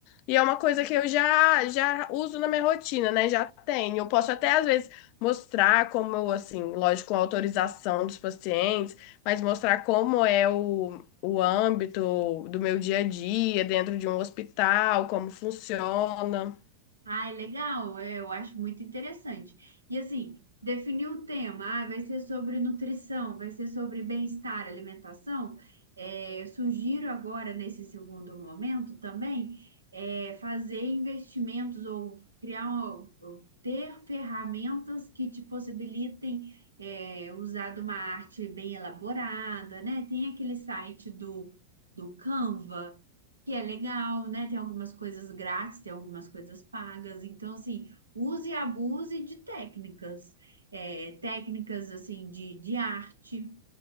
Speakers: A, on the left (about 45°); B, on the right (about 80°).
A: E é uma coisa que eu já já uso na minha rotina, né? Já tenho. Eu posso até às vezes mostrar como, eu, assim, lógico, com autorização dos pacientes, mas mostrar como é o, o âmbito do meu dia a dia dentro de um hospital, como funciona.
B: Ai, legal, é, eu acho muito interessante. E assim, definir o tema, ah, vai ser sobre nutrição, vai ser sobre bem-estar, alimentação. É, eu sugiro agora, nesse segundo momento também, é, fazer investimentos ou criar, uma- ou ter ferramentas que te possibilitem, é, usar de uma arte bem elaborada, né? Tem aquele site do, do Canva que é legal, né? Tem algumas coisas grátis, tem algumas coisas pagas. Então, assim, use e abuse de técnicas. É, técnicas, assim, de, de arte.